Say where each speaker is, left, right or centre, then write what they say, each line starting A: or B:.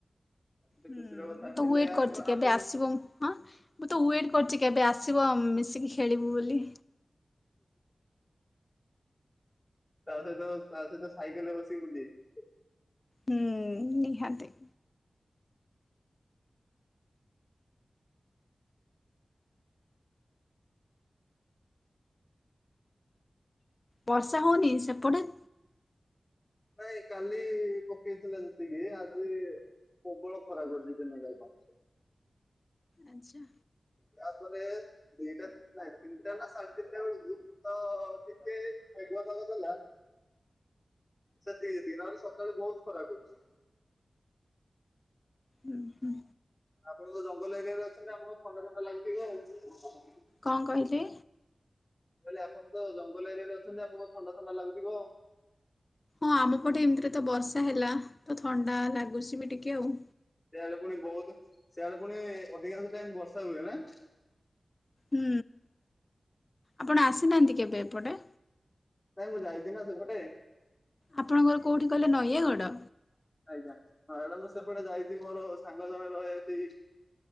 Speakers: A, on the left; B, on the left.
A: ଆସିଲେ
B: ହୁଁ
A: ଖୁସିର କଥା
B: ମୁଁ ତ
A: ହେଲେ
B: ୱେଟ କରିଛି
A: ଆପଣ
B: କେବେ
A: ଆପଣ
B: ଆସିବ ଉଁ ହାଁ। ମୁଁ ତ ୱେଟ୍ କରିଛି କେବେ ଆସିବ ଆ ମିଶିକି ଖେଳିବୁ ବୋଲି।
A: ତା ସହିତ ତା ସହିତ ସାଇକେଲରେ ବସିିକି ବୁଲିବେ?
B: ହୁଁ ନିହାତି। ବର୍ଷା ହଉନି ସେପଟେ।
A: ନାଇଁ କାଲି ପକେଇଥିଲା ଯେତିକି ଆଜି ପ୍ରବଳ ଖରା କରିଛି ଦିନ ଯାକ।
B: ଆଚ୍ଛା
A: ତାପରେ ଦୁଇଟା ନାାଇଁ ତିନଟା ନା ସାଢ଼େତିନଟା ବେଳକୁ ତ ଟିକେ ମେଘୁଆ ପାଗ କଲା। ସେତିକି ଜେତିକି ନହେଲେ ସକାଳୁ ବହୁତ ଖରା ରହୁଛି।
B: ହୁଁ ହୁଁ
A: ଆପଣ ତ ଜଙ୍ଗଲ ଏରିଆରେ ଅଛନ୍ତି ଆପଣଙ୍କୁ ଥଣ୍ଡା ଥଣ୍ଡା ଲାଗୁଥିବ ଆଉ।
B: କଣ କହିଲେ?
A: ମୁଁ କହିଲି ଆପଣ ତ ଜଙ୍ଗଲ ଏରିଆ ରେ ଅଛନ୍ତି ଆପଣଙ୍କୁ ଥଣ୍ଡା ଥଣ୍ଡା ଲାଗୁଥିବ।
B: ହଁ ଆମପଟେ ଏମିତିରେ ତ ବର୍ଷା ହେଲା ତ ଥଣ୍ଡା ଲାଗୁଛି ବି ଟିକେ ଆଉ।
A: ସେଆଡେ ପୁଣି ବହୁତ ସେଆଡେ ପୁଣି ଅଧିକାଂଶ ଟାଇମ ବର୍ଷା ହୁଏ ନା?
B: ହୁଁ ଆପଣ ଆସିନାହାନ୍ତି କେବେ ଏପଟେ?
A: ନାଇଁ ମୁଁ ଯାଇଛିି ନା ସେପଟେ।
B: ଆପଣଙ୍କର କୋଉଠି କହିଲେ ନୟାଗଡ।
A: ଆଜ୍ଞା ଏଡା ମୁଁ ସେପଟେ ଯାଇଛି ମୋର ସାଙ୍ଗ ଜଣେ ରହେ ହେଠି।